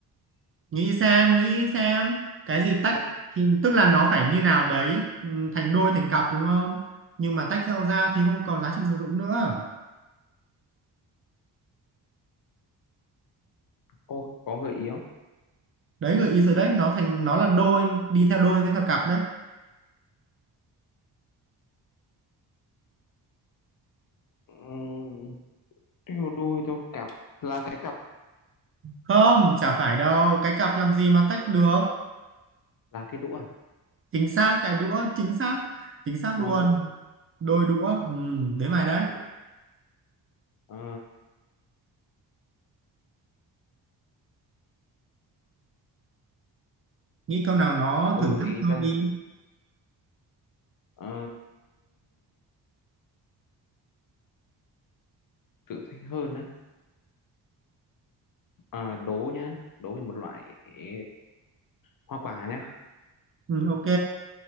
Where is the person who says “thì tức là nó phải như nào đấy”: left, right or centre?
Right